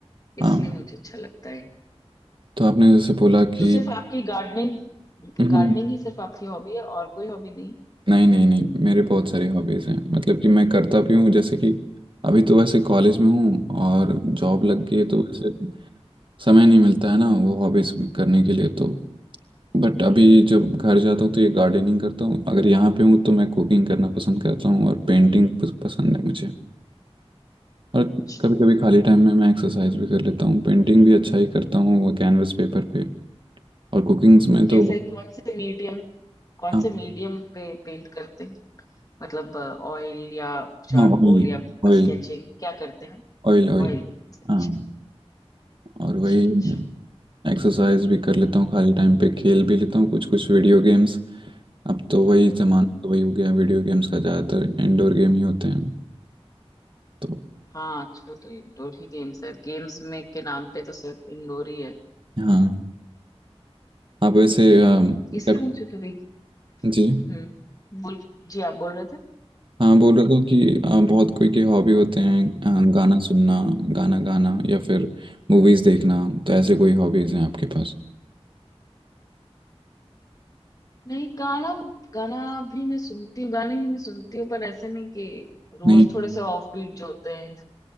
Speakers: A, on the right; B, on the left.
A: हाँ
B: इसलिए मुझे अच्छा लगता है
A: तो आपने जैसे बोला कि
B: तो सिर्फ आपकी गार्डनिंग
A: हम्म
B: गार्डनिंग ही सिर्फ आपकी हॉबी है और कोई हॉबी नहीं
A: नहीं नहीं नहीं मेरे बहुत सारी हॉबीज़ हैं मतलब कि मैं करता भी हूँ जैसे कि अभी तो वैसे कॉलेज में हूँ और जॉब लग गई है,
B: हम्म
A: तो वैसे समय नहीं मिलता है ना वो हॉबीज़ करने के लिए तो बट अभी जब घर जाता हूँ तो ये गार्डनिंग करता हूँ अगर यहाँ पे हूँ तो मैं कुकिंग करना पसंद करता हूँ और पेंटिंग पसंद है मुझे और
B: अच्छा
A: कभी कभी खाली टाइम में मैं एक्सरसाइज भी कर लेता हूँ पेंटिंग भी अच्छा ही करता हूँ वो कैनवस पेपर पे और कुकिंग्स में तो
B: कैसे कौन से मीडियम कौन
A: हाँ
B: से मीडियम पे पेंट करते हैं मतलब ऑयल या चारकोल
A: ऑयल
B: या
A: ऑयल
B: स्केचिंग क्या करते हैं
A: Oil oil
B: ऑयल पे अच्छा अच्छा
A: हाँ oil, oil, oil, हाँ, और वही
B: अच्छा
A: एक्सरसाइज भी कर लेता हूँ खाली टाइम पे खेल भी लेता हूँ कुछ कुछ वीडियो गेम्स अब तो वही जमाना
B: हम्म।
A: तो वही हो गया वीडियो गेम्स का ज़्यादातर इंडोर गेम ही होते हैं तो
B: हाँ आजकल तो इंडोर ही गेम्स है गेम्स में के नाम पे तो सिर्फ इंडोर ही है
A: हाँ आप वैसे अम,
B: इसलिए
A: कभी
B: मुझे तो नहीं
A: जी
B: हम्म बोल जी आप बोल रहे थे
A: हाँ बोल रहा था कि अ, बहुत कोई के हॉबी होते हैं अ, गाना सुनना गाना गाना या फिर मूवीज़ देखना तो ऐसे कोई हॉबीज़ हैं आपके पास
B: नहीं गाना गाना भी मैं सुनती हूँ गाने भी मैं सुनती हूँ पर ऐसे नहीं कि रोज
A: नहीं
B: थोड़े से ऑफ बीट जो होते हैं